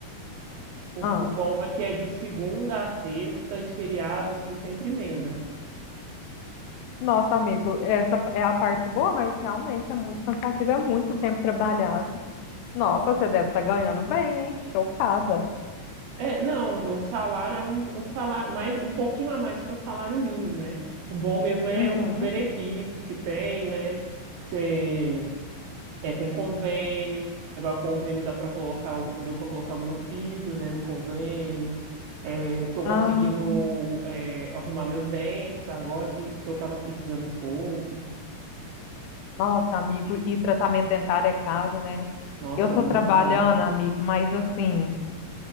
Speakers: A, on the right; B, on the left.
A: o,
B: ah,
A: o bom é que é de segunda a sexta e feriado, assim, sempre emenda.
B: nossa, amigo, essa é a parte boa, mas realmente é muito cansativo, é muito tempo trabalhado. Nossa, você deve estar ganhando bem, hein? Chocada.
A: É, não, o salário é um, um salário mais, um pouquinho a mais que um salário mínimo, né? O bom mesmo é
B: Uhum.
A: os benefícios que tem, né? Que Você, é, tem convênio, é, vai o convênio dá para colocar, o- deu para colocar o meu filho, né, no convênio. É, tô conseguindo
B: Ah,
A: é, arrumar meus dentes agora que, que eu tava precisando um pouco.
B: nossa, amigo, e tratamento dentário é caro, né?
A: Nossa,
B: Eu tô
A: muito
B: trabalhando,
A: caro.
B: amigo, mas assim.